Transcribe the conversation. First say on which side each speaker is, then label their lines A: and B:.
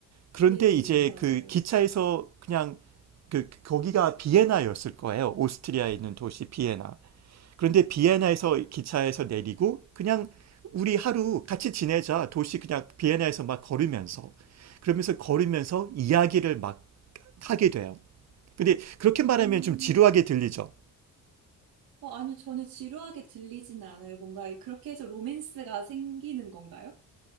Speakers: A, on the right; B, on the right.
A: 그런데
B: 네네,
A: 이제
B: 맞아요.
A: 그 기차에서 그냥 그 거기가 비에나였을 거예요. 오스트리아에 있는 도시 비에나. 그런데 비에나에서 기차에서 내리고 그냥 우리 하루 같이 지내자. 도시 그냥 비에나에서 막 걸으면서 그러면서 걸으면서 이야기를 막 하게 돼요. 근데 그렇게
B: 음.
A: 말하면 좀 지루하게 들리죠.
B: 어, 아니요, 전혀 지루하게 들리진 않아요. 뭔가 그렇게 해서 로맨스가 생기는 건가요?